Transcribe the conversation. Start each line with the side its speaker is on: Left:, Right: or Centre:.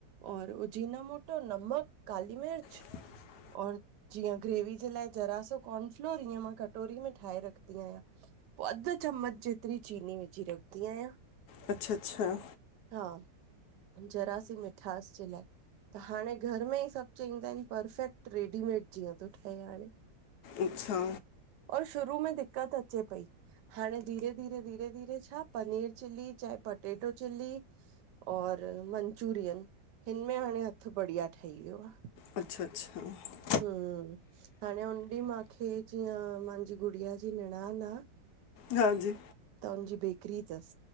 Right: और उजीना मोटो, नमक, काली मिर्च
Left: <inaudible>
Right: और जीअं, ग्रेवी जे लाए ज़रा सो कॉर्नफ्लोर, ईअं मां कटोरी में ठायं रखदी आया। पो अध चमच जेतरी चीनी विझी रखदी आया।
Left: अच्छा अच्छा।
Right: हा जरा सी मिठास जे लाए, त हाणे घर र में सभ चईंदा आहिन परफेक्ट, रेडीमेड जीअं तो ठहे हाणे।
Left: अच्छा।
Right: और शुरू में दिक्क़त अचे पई हाणे धीरे धीरे धीरे धीरे छा, पनीर चिली, चाहे पटेटो चिली और मनचुरियन, हिनमें हाणे हथ बढ़िया ठही वियो आ।
Left: अच्छा अच्छा।
Right: हम्म। हाणे हुन ॾींहं मांखे, जीअं मांजी गुड़िया जी निणान आ
Left: हांजी।
Right: त हुंजी बेकरी तस,